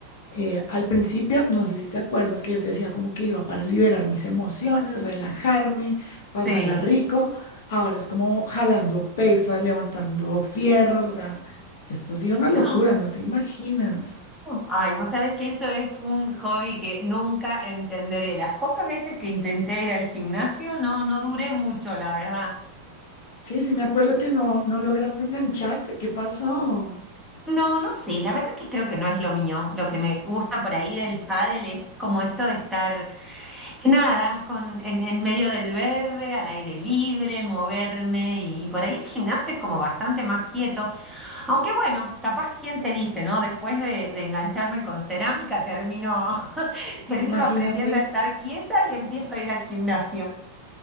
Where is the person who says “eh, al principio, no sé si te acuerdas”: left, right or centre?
Left